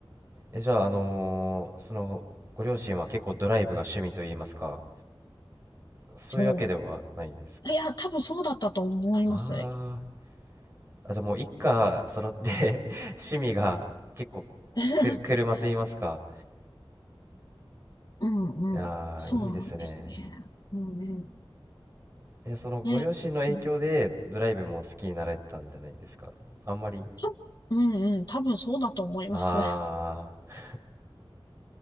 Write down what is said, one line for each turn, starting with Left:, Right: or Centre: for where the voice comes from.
Right: え、じゃあ、あのーその、ご両親は結構ドライブが趣味といいますか、そういうわけではないですか。
Left: そう。いや、多分そうだったと思います。
Right: ああ。あ、じゃあもう一家揃って <laughs> 趣味が結構、
Left: <laughs>
Right: くる、車といいますか。
Left: うんうん。
Right: あーいいですね。
Left: そうですね。うんうん
Right: じゃあそのご両親の影響でドライブも好きになられたんじゃないですか。
Left: ね、うん
Right: あんまり、
Left: たうんうん、多分そうだと思います。
Right: ああ、
Left: <laughs> やっ